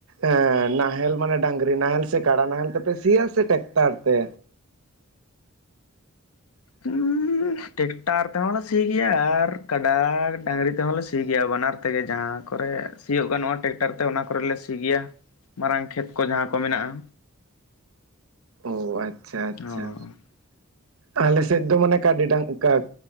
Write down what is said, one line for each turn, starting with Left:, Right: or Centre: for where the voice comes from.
Right: ᱮᱸ ᱱᱟᱦᱮᱞ ᱢᱟᱱᱮ ᱰᱟᱝᱨᱤ ᱱᱟᱦᱮᱞ ᱥᱮ ᱠᱟᱲᱟ ᱱᱟᱦᱮᱞ ᱛᱮᱯᱮ ᱥᱤᱭᱟ ᱥᱮ ᱴᱮᱠᱴᱟᱨ ᱛᱮ? <inaudible>
Left: ᱦᱚᱸ ᱴᱮᱠᱴᱟᱨ ᱛᱮᱦᱚᱸ ᱞᱮ ᱥᱤ ᱜᱮᱭᱟ, ᱟᱨ ᱠᱟᱰᱟ ᱰᱟᱝᱨᱤ ᱛᱮᱦᱚᱸ ᱞᱮ ᱥᱤ ᱜᱮᱭᱟ ᱵᱟᱱᱟᱨ ᱛᱮᱜᱮ ᱡᱟᱦᱟᱸ ᱠᱚᱨᱮ ᱥᱤᱭᱳᱜ ᱜᱟᱱᱚᱜᱼᱟ ᱴᱮᱠᱴᱟᱨ ᱛᱮ ᱚᱱᱟ ᱠᱚᱨᱮᱞᱮ ᱥᱤ ᱜᱮᱭᱟ ᱢᱟᱨᱟᱝ ᱠᱷᱮᱛ ᱠᱚ ᱡᱟᱦᱟᱸ ᱠᱚ ᱢᱮᱱᱟᱜᱼᱟ᱾
Right: ᱳ ᱟᱪᱪᱷᱟ ᱟᱪᱪᱷᱟ᱾
Left: ᱚ
Right: ᱟᱞᱮ ᱥᱮᱫ ᱫᱚ ᱢᱟᱱᱮ ᱠᱟᱰᱤ ᱰᱟᱝ ᱠᱟᱜ